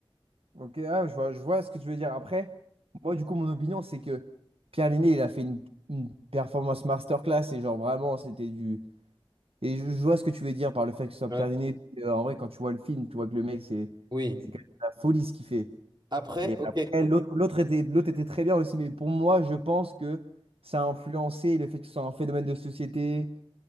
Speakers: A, on the right; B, on the right.
A: Ok, ah, je vois, je vois ce que tu veux dire. Après, moi, du coup, mon opinion, c'est que Pierre Linné, il a fait une, une performance masterclass et genre vraiment, c'était du. Et je, je vois ce que tu veux dire par le fait que ce soit
B: Ouais.
A: Pierre Niney. Euh, en vrai, quand tu vois le film, tu vois que le mec, c'est
B: Oui.
A: c'est quand même la folie ce qu'il fait.
B: Après,
A: Et
B: ok.
A: après, l'autre l'autre était, l'autre était très bien aussi, mais pour moi, je pense que ça a influencé le fait que ce soit un phénomène de société.